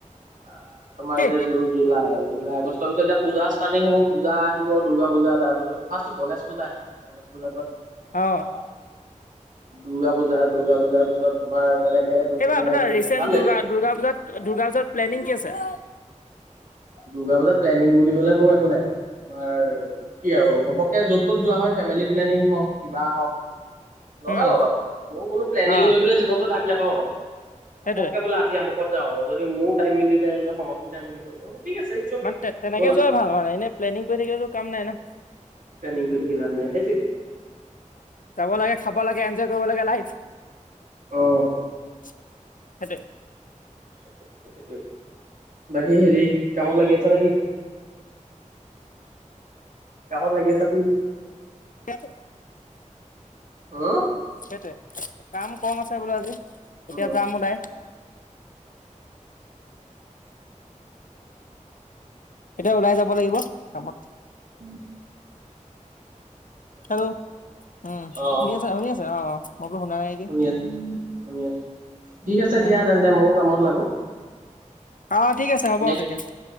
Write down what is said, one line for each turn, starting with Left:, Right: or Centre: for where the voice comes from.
Right: আহ, তোমাৰ
Left: কি
Right: এতিয়া জুন জুলাই এই জুলাই আগষ্টৰ পিছত এতিয়া পূজা ষ্টাৰ্টিং হ'ব পূজা আহিব দুৰ্গা পূজা তাৰপিছত ফাৰ্ষ্টত গণেশ পূজা আহিব। গণেশ পূজাৰ
Left: অ
Right: <unintelligible> দুৰ্গা পূজা, দূৰ্গা পূজাৰ পিছত তোমাৰ তেনেকে বস্তুবিলাক
Left: এইবাৰ আপোনাৰ
Right: আহি থাকিব
Left: ৰিচেণ্ট
Right: ভাল
Left: দুৰ্গা,
Right: লাগিব
Left: দুৰ্গা পূজাত দুৰ্গা পূজাত প্লেনিং কি আছে?
Right: দুৰ্গা পূজাত প্লেনিং বুলিবলে মোৰ একো নাই, তোমাৰ কি আৰু ঘপকে য'ত ত'ত যোৱা হয়, ফেমিলি প্লেনিং হওঁক কিবা হওঁক। লগা-লগা
Left: উম
Right: আৰু। মোৰ কোনো প্লেনিং
Left: অ
Right: লৈ পেলাই জীৱনটো আগ নেবাঢ়ো মানে,
Left: সেইটোৱে
Right: ঘপকে বোলে আজি আমুক যাওঁ, যদি মোৰ টাইম মিলি যায় বোলে সময় সুবিধা মিলি গ'ল ঠিক আছে। অকে
Left: মানে তেনেকে
Right: ব'লা
Left: যোৱাই ভাল মানে এনেই প্লেনিং কৰি থাকিতো কাম নাই না।
Right: প্লেনিং কৰি থাকি লাভ নাই, সেইটোৱে।
Left: যাব লাগে, খাব লাগে, এনজয় কৰিব লাগে লাইফ।
Right: অ'
Left: সেইটোৱে।
Right: সেইটোৱে। বাকী হেৰি কামত লাগি আছে নে কি? কামত লাগি আছা তু?
Left: হয়
Right: হেল্ল
Left: সেইটোৱে, কাম কম আছে বোলে আজি এতিয়া
Right: অ',
Left: যাম ওলাই। এতিয়া ওলাই যাব লাগিব কামত।
Right: উম'
Left: হেল্ল' উম'
Right: অ
Left: শুনি আছা? শুনি আছে? অ' মই বোলো শুনা নাই নেকি
Right: শুনি আছোঁ, শুনি আছোঁ, ঠিক আছে
Left: উম
Right: দিয়া তেন্তে মইয়ো কামত লাগো।
Left: অ' ঠিক আছে হ'ব
Right: নে
Left: তেতিয়া
Right: কি